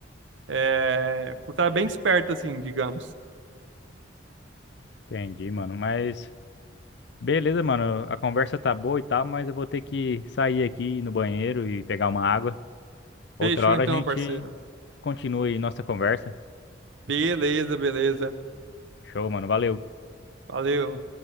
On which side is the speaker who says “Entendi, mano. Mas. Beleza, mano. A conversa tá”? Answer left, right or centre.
Left